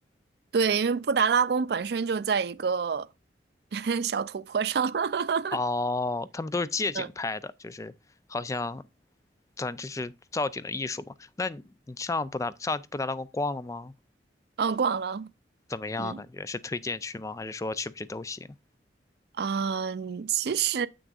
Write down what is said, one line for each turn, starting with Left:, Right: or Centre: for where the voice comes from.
Right: 对，因为布达拉宫本身就在一个 <laughs> 小土坡上，<laughs>
Left: 哦，他们都是借景拍的，
Right: 嗯，
Left: 就是好像咱就是造景的艺术嘛。那你你上布达上布达拉宫逛了吗？
Right: 嗯，逛了，
Left: 怎么样啊？
Right: 嗯
Left: 感觉是推荐去吗？还是说去不去都行？
Right: 嗯，其实